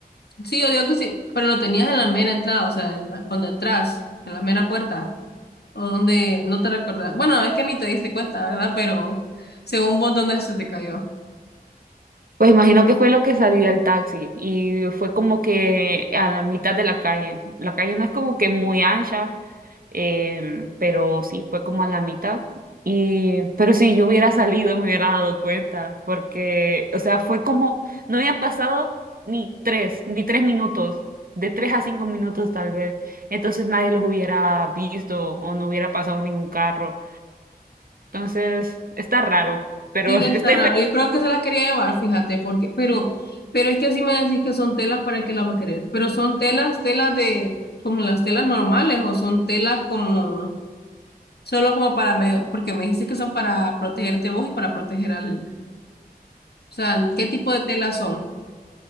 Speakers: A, on the left; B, on the right.
A: Sí, yo digo que sí, pero lo tenías en la mera entrada, o sea, en la- cuando entras, en la mera puerta, o donde no te recordás. Bueno, es que ni te diste cuenta, ¿verdad? Pero según vos, ¿dónde se te cayó?
B: Pues imagino que fue lo que salí del taxi y fue como que a la mitad de la calle. La calle no es como que muy ancha, em, pero sí fue como a la mitad. Y, pero si yo hubiera salido me hubiera dado cuenta, porque, o sea, fue como, no habían pasado ni tres, ni tres minutos, de tres a cinco minutos tal vez. Entonces nadie los hubiera visto o no hubiera pasado ningún carro. Entonces, está raro, pero
A: Sí,
B: <laughs> estoy
A: está raro.
B: feliz.
A: Yo creo que se las quería llevar, fíjate, porque, pero, pero es que así me decís que son telas, ¿para qué las va a querer? Pero son telas, telas de, como las telas normales, o son telas como, solo como para medio, porque me dijiste que son para protegerte vos y para proteger al, o sea, ¿qué tipo de telas son?